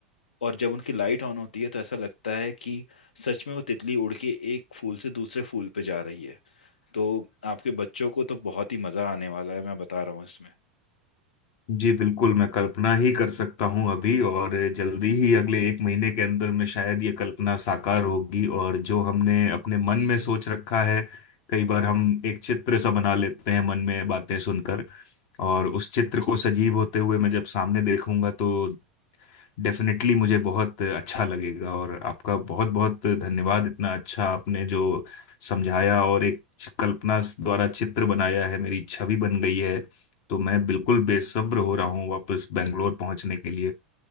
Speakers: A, on the left; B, on the left.
A: और जब उनकी लाइट ऑन होती है तो ऐसा लगता है कि सच में वो तितली उड़ के एक फूल से दूसरे फूल पे जा रही है तो आपके बच्चों को तो बहुत ही मजा आने वाला है मैं बता रहा हूँ इसमें
B: जी बिल्कुल मैं कल्पना ही कर सकता हूँ अभी और जल्दी ही अगले एक महीने के अंदर में शायद ये कल्पना साकार होगी और जो हमने अपने मन में सोच रखा है कई बार हम एक चित्र सा बना लेते हैं मन में बातें सुनकर और उस चित्र को सजीव होते हुए मैं जब सामने देखूंगा तो डेफिनेटली मुझे बहुत अच्छा लगेगा और आपका बहुत बहुत धन्यवाद इतना अच्छा आपने जो समझाया और एक कल्पना द्वारा चित्र बनाया है मेरी छवि बन गई है तो मैं बिल्कुल बेसब्र हो रहा हूँ वापस बेंगलोर पहुंचने के लिए